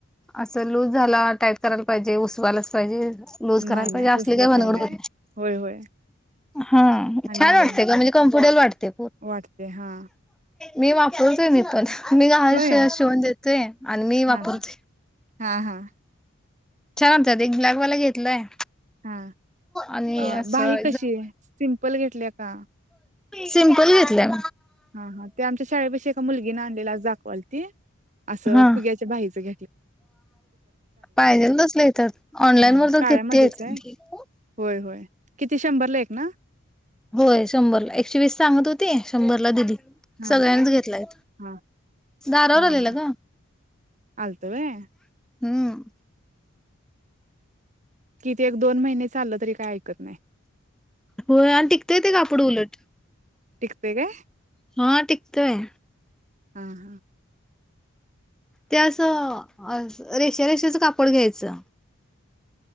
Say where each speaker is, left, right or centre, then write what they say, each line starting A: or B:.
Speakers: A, in the centre; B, on the right (about 35°).
A: असं लूज झालं आहे, टाईट करायला पाहिजे, उसवायलाच पाहिजे लूज करायला
B: नाही, नाही,
A: पाहिजे असली
B: तसं
A: काय भानगड
B: काही नाही.
A: होत
B: होय, होय.
A: हा
B: आणि
A: छान वाटते ग म्हणजे, कम्फर्टेबल वाटते.
B: वाटते हा
A: मी वापरतोय वीपरस. मी हे
B: होय
A: शिवून देतोय, आणि मी
B: हा
A: वापरत
B: हा हा हा
A: छान, वाटतात एक ब्लॅकवाला घेतलाय.
B: हा
A: आणि
B: अ
A: असं
B: बाई- - सिल सिम्पल घेतल्या. का
A: सिंपल घेतल्या.
B: हा, हा ते आमच्या शाळे पशी एका मुलगी आणलेले दाखव ती! असं
A: हा
B: फुग्याच्या बाही सग
A: पाहिजेल तसल्या येतात, ऑनलाइन
B: हा
A: वर तर
B: काळ्यामध्येच
A: किती आहेत.
B: आहे होय होय किती शंभरला एक ना?
A: होय, शंभरला एकशे वीस सांगत होते, शंभरला दिली.
B: हा
A: सगळ्यांनीच घेतलाय,
B: हा
A: दारावर
B: हा
A: आलेला
B: हा
A: ग
B: आलतं व्हय हम्म
A: हम्म.
B: किती एक दोन महिने चाललं तरी काय ऐकत नाही.
A: होय आ टिकताय ते कापड उलट,
B: टिकत काय?
A: हा टिकतय.
B: हा हा
A: ते असं, रेषा रेषाच कापड घ्यायचं.